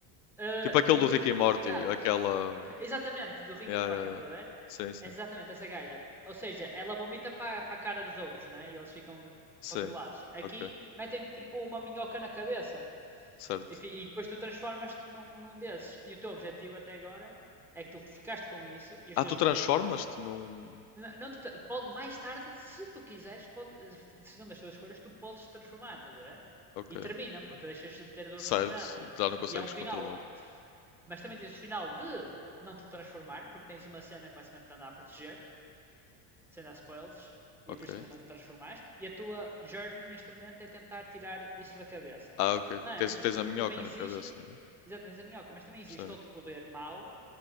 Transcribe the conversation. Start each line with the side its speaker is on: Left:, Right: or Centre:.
Centre: eh,
Left: tipo aquele
Centre: estão
Left: do
Centre: todas
Left: Rick
Centre: as mentes
Left: e Morty,
Centre: ligadas.
Left: aquela.
Centre: Exatamente, do Rick
Left: Yeah,
Centre: e Morty,
Left: yeah,
Centre: estás
Left: yeah.
Centre: a ver?
Left: Sim, sim.
Centre: É Exatamente, essa gaja. Ou seja, ela vomita para a cara dos outros, né? E eles ficam
Left: Sim.
Centre: controlados. Aqui
Left: Ok.
Centre: metem tipo uma minhoca na cabeça
Left: Certo.
Centre: enfim, e depois tu transformas-te num, num desses. E o teu objetivo até agora é que tu ficaste com isso e os
Left: Ah,
Centre: teus
Left: tu
Centre: colegas
Left: transformas-te
Centre: também.
Left: num.
Centre: Não te pode, mais tarde, se tu quiseres, pode, segundo as tuas escolhas, tu podes te transformar, estás a ver?
Left: Ok.
Centre: E termina, porque deixas de ter a tua
Left: Certo.
Centre: personalidade. estás a ver?
Left: Já não consegues
Centre: E há um final.
Left: controlar.
Centre: Mas também tens o final de não te transformar, porque tens uma cena que basicamente te anda a proteger sem dar spoilers, e
Left: Ok.
Centre: é por isso que ainda não te transformaste, e a tua journey neste momento é tentar tirar isso da cabeça.
Left: Ah, ok.
Centre: Mas
Left: Tens, tens a minhoca
Centre: também existe,
Left: na cabeça, não? é?
Centre: exatamente a minhoca, mas também existe
Left: Sim.
Centre: outro poder mau,